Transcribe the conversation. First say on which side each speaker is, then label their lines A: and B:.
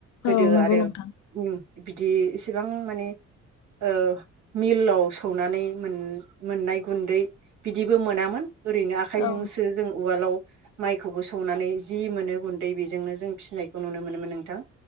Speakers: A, on the right; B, on the left.
A: गोदो
B: औ नंगौ
A: आरो
B: नोंथां
A: उम बिदि इसेबां माने ओ मिलाव सौनानै मोन मोननाय गुन्दै बिदिबो मोनामोन ओरैनो आखाइ
B: औ
A: जोंसो जों उवालाव माइखौबो सौनानै जि मोनो गुन्दै बेजोंनो जों फिनायखौ नुनो मोनोमोन नोंथां।